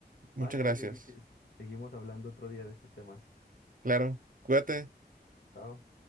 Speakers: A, on the left (about 70°); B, on the right (about 50°).
A: Vale,
B: Muchas gracias.
A: vale, Ulises. Seguimos hablando otro día de estos temas.
B: Claro, cuídate.
A: Chao.